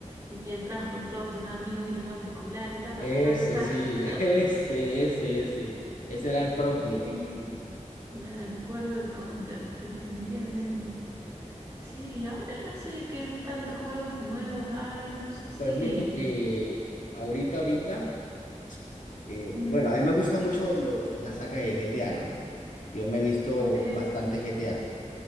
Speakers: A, on the right; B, on the left.
A: Y entrabas con todos tus amigos y los auriculares, ta, ta,
B: Eso,
A: ta, ta, ta, ta.
B: sí.
A: <laughs>
B: <laughs> Ese, ese, ese. Ese era el propio.
A: Sí, me acuerdo del Counter, definitivamente. Sí, ahora no sé qué tantos juegos nuevos hay, no sé si.
B: Pues mira, eh, ahorita, ahorita... eh,
A: mm,
B: bueno, a mí me gusta mucho lo, la saga de GTA, ¿no? Yo me he visto
A: ok,
B: bastante GTA.